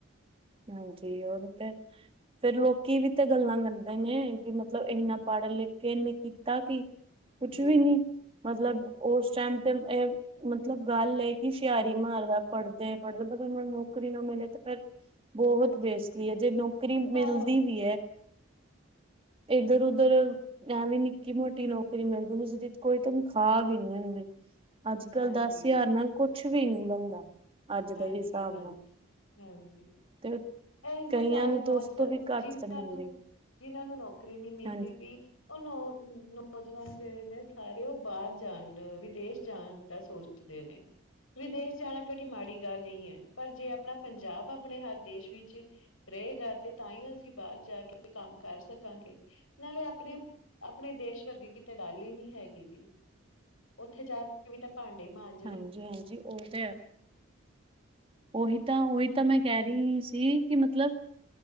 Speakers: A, on the right; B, on the left.
A: ਹਾਂਜੀ, ਉਹਦੇ ਤੇ ਫਿਰ ਲੋਕੀ ਵੀ ਤੇ ਗੱਲਾਂ ਕਰਦੇ ਨੇ, ਕਿ ਮਤਲਬ ਇੰਨਾ ਪੜ ਲਿਖ ਕੇ ਇਹਨੇ ਕੀਤਾ ਕੀ
B: <inaudible>
A: ਕੁਛ
B: ਜੀ-ਜੀ,
A: ਵੀ ਨੀ, ਮਤਲਬ ਉਸ ਟੈਮ ਤੇ ਏ ਮਤਲਬ ਗੱਲ ਏ ਕਿ ਹੁਸ਼ਿਆਰੀ ਮਾਰਦਾ, ਪੜ੍ਹਦੇ ਪੜ੍ਹਦੇ ਮਤਲਬ ਮੈਨੂੰ ਨੌਕਰੀ ਨਾ ਮਿਲੇ ਤੇ ਫੇਰ ਬਹੁਤ
B: ਜੀ-ਜੀ,
A: ਬੇਸਤੀ ਏ, ਜੇ ਨੌਕਰੀ ਮਿਲਦੀ
B: ਸਾਰਾ
A: ਵੀ ਐ। ਇੱਧਰ ਉਧਰ
B: ਜੀ,
A: ਐਂਵੀ ਨੀ ਨਿੱਕੀ ਮੋਟੀ ਨੌਕਰੀ ਮਿਲ ਜਾਂਦੀ, ਜਿਹਦੀ ਕੋਈ ਤਨਖਾਹ ਵੀ ਨੀ ਆਉਂਦੀ, ਅੱਜ-
B: ਹਾਂਜੀ,
A: ਕੱਲ ਦਸ ਹਜ਼ਾਰ ਨਾਲ ਕੁਛ ਵੀ ਨੀ ਬਣਦਾ, ਅੱਜ ਦੇ
B: ਹਾਂਜੀ,
A: ਹੀ ਹਿਸਾਬ
B: ਹਾਂ,
A: ਨਾਲ
B: ਹਾਂਜੀ,
A: ਤੇ
B: ਇਹ ਇਸੇ
A: ਕਈਆਂ
B: ਸਾਰੇ
A: ਨੂੰ
B: ਨੌਜਵਾਨ,
A: ਤਾਂ ਉਸ ਤੋਂ ਵੀ ਘੱਟ
B: ਜਿੰਨਾਂ
A: ਤੇ ਮਿਲਦੀ
B: ਨੂੰ ਜਿੰਨਾਂ ਨੂੰ ਨੌਕਰੀ ਨੀ ਮਿਲਦੀ
A: ਹਾਂਜੀ।
B: ਪਈ ਉਹ ਨੌ, ਨੌਜਵਾਨ ਜੇੜੇ ਨੇ ਸਾਰੇ ਉਹ ਬਾਹਰ ਜਾਣ, ਵਿਦੇਸ਼ ਜਾਣ ਦਾ ਸੋਚ ਸੋਚਦੇ ਨੇ, ਵਿਦੇਸ਼ ਜਾਲ ਕੇੜੀ ਮਾੜੀ ਗੱਲ ਨਹੀ ਐ, ਪਰ ਜੇ ਆਪਣਾ ਪੰਜਾਬ, ਆਪਣੇ ਹਰ ਦੇਸ਼ ਵਿੱਚ ਰਹੇਗਾ ਤੇ ਤਾਂਹੀ ਅਸੀਂ ਬਾਹਰ ਜਾ ਕੇ ਕੰਮ ਕਰ ਸਕਾਂਗੇ ਨਾਲੇ ਆਪਣੇ, ਆਪਣੇ ਦੇਸ਼ ਵਰਗੀ ਕਿਤੇ ਗੱਲ ਹੀ ਨਹੀਂ ਹੈਗੀ ਜੀ। ਉੱਥੇ ਜਾ ਕੇ ਵੀ ਤਾਂ ਭਾਂਡੇ ਹੀ ਮਾਂਜ
A: ਹਾਂਜੀ- ਹਾਂਜੀ ਉਹ ਤੇ ਐ ਉਹੀ ਤਾਂ, ਉਹੀ ਤਾਂ ਮੈਂ ਕਹਿ ਰੀ, ਸੀ ਕਿ ਮਤਲਬ